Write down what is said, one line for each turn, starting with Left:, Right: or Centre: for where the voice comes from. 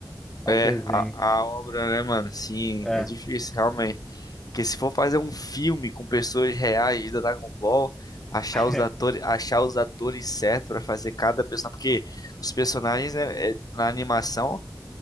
Centre: ao
Left: É,
Centre: desenho.
Left: a, a obra, né, mano? Sim,
Centre: É,
Left: é difícil, realmente. Porque se for fazer um filme com pessoas reais da Dragon Ball, achar
Centre: <laughs>
Left: os atores, achar os atores certos pra fazer cada personagem, porque os personagens é- é- na animação